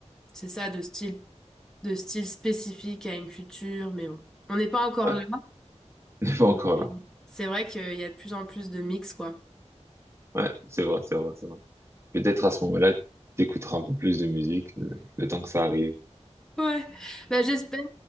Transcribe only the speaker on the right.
Ouais,
<laughs> n'est pas encore
là.
Ouais, c'est vrai, c'est vrai, c'est vrai. Peut-être à ce moment-là, t'écouteras un peu plus de musique le, le temps que ça arrive.